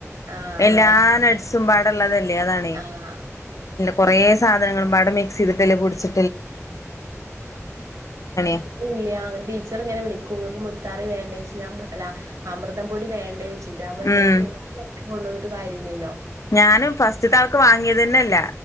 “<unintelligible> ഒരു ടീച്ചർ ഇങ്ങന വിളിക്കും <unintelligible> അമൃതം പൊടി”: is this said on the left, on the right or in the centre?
Right